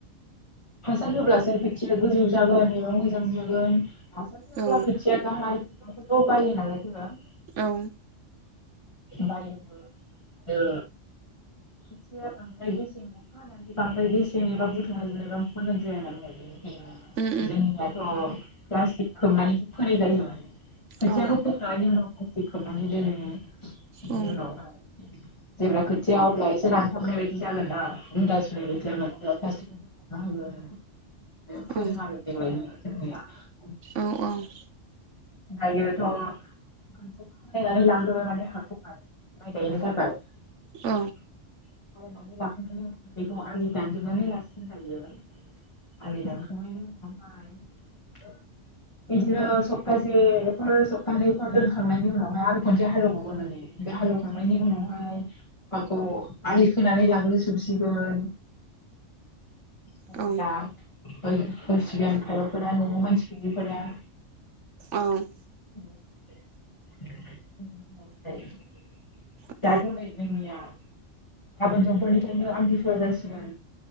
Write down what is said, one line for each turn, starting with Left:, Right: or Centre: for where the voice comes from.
Left: हासार होब्लासो खोथिया गोजौ जागोन। एबा मोजां जागोन हासार होआब्ला
Right: औ
Left: खोथिया गाहाय बेफोरखौ बायो नालाय <unintelligible>
Right: औ।
Left: बायोबो ओ खोथिया बांद्राय गेसें अखा हानानै बांद्राय गेसें एबा बुथुमा जायोबा। मोजां जाया नालाय <unintelligible> ए
Right: उम
Left: जोंनियाथ' प्लास्टिक खोबनानैसो फोनाय जायो माने। खोथियाखौ
Right: उम औ
Left: फोखांनायनि उनाव प्लास्टिक खोबनानै दोनो। बेनि
Right: औ
Left: उनावहाय जेब्ला खोथिया अब्ला एसे रान खोबनाय बादि जागोना <unintelligible> <unintelligible> फोदों
Right: औ
Left: आरो देग्लायनो <unintelligible>
Right: औ औ
Left: दायोथ' खोनसे खोनानै लाग्रोबाय माने हाखौहाय माइ गायनो थाखाय बायनानै
Right: औ
Left: लाखांनायनि उनावनो बेखौ आलि दानजोबनानै लासिगोन लायो। आलि दानखांनायनि उनाव ओमफाय बिदिनो सप्तासेफोर सप्तानैफोर दोनखांनायनि उनावहाय आरो खनसे हालेव बावगोन माने बे हालौवखांनायनि उनावहाय हाखौ आलि खोनानै लाग्रोजोबसिगोन। <unintelligible>
Right: औ
Left: फोरा न'आव मानसि गैयिफोरा
Right: औ
Left: <unintelligible>
Right: औ
Left: दानो नै जोंनिया गाबोन समफोरनिफ्रायनो आमथि सुवा जासिगोन।